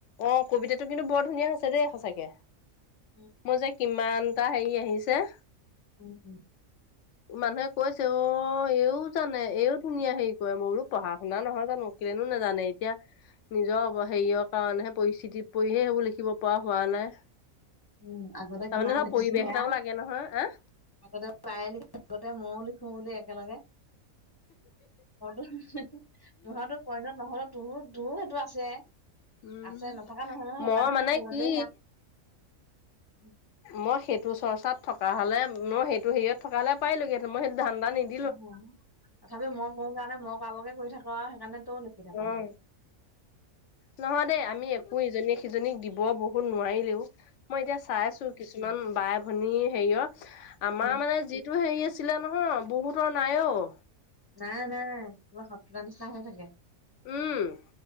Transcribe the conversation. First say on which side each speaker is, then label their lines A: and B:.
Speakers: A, on the left; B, on the left.
A: অ কবিতাটো কিন্তু বৰ ধুনীয়া হৈছে দেই সঁচাকে।
B: উম।
A: মোৰ যে কিমানটা হেৰি আহিছে।
B: উ হ।
A: মানুহে কৈছে অ এইও জানে এও ধুনীয়া হেৰি কৰে মোৰ। পঢ়া শুনা নহয় জানো কেলেনো নাজানে এতিয়া নিজৰ অ হেৰিয়ক। কাৰণেহে পৰিস্থিতিত পৰিহে সেইবোৰ লিখিব পৰা হোৱা নাই।
B: উম আগতে
A: তাৰমানে
B: কিমান
A: ধৰ
B: লখিছিলো
A: পৰিৱেশ
B: সেয়া
A: এটাও লাগে নহয় আহ
B: আগতে। পাই লিখো আগতে মই লিখো নেকি একেলগে। <unintelligible> তোহতৰ <unintelligible> নহ'লে তোহোত তোও সেইটো আছে।
A: উম,
B: আছে নথকা নহয় নহয় সেইকাৰণেহে
A: মই মানে
B: সৰুতে
A: কি
B: সেয়া
A: মই সেইটো চৰ্চাত থকা হ'লে, মই সেইটো হেৰিয়ত থকা হ'লে পাৰিলেহেঁতেন। মই সেইটো ধান্দা নিদি
B: উম, তথাপিও মই কৰো কাৰণে মই কৰাবোৰকে কৰি থাক আ, সেইকাৰণে তও লিখি থাক <unintelligible> সিফালে
A: অ নহয় দেই, আমি একো ইজনীক-সিজনীক দিব বহুত নোৱাৰিলেও মই এতিয়া চাই আছো কি কিছুমান বাই-ভনী হেৰিয়ত। আমাৰ
B: উম,
A: মানে যিটো হেৰি আছিলে নহয় বহুত তৰ নাই অ'।
B: নাই, নাই, কিবা শত্ৰুতা নিচিনা হৈ থাকে।
A: উম,